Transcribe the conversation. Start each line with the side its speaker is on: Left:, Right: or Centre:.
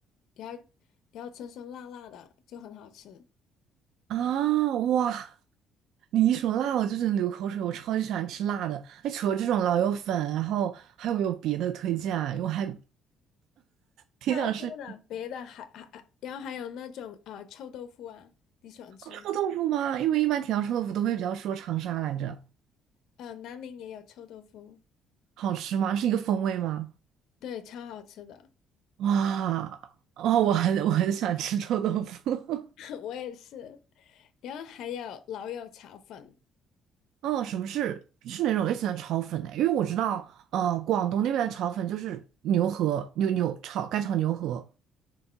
Left: 然后然后酸酸辣辣的就很好吃，
Right: 啊，哇！你一说辣，我就觉得流口水。我超级喜欢吃辣的。哎，除了这种老友粉，然后还有没有别的推荐啊？因为我还挺想吃
Left: 超多的。别的还还还，然后还有那种呃臭豆腐啊，你喜欢吃吗？
Right: 臭豆腐吗？因为一般提到臭豆腐都会比较说长沙来着。
Left: 呃，南宁也有臭豆腐，
Right: 好吃吗？是一个风味吗？
Left: 对，超好吃的，
Right: 哇哦，我很我很喜欢吃臭豆腐。<laughs>
Left: <laughs> 我也是。然后还有老友炒粉，
Right: 哦，什么是是哪种类型的炒粉呢？因为我知道，呃，广东那边的炒粉就是牛河牛牛炒干炒牛河。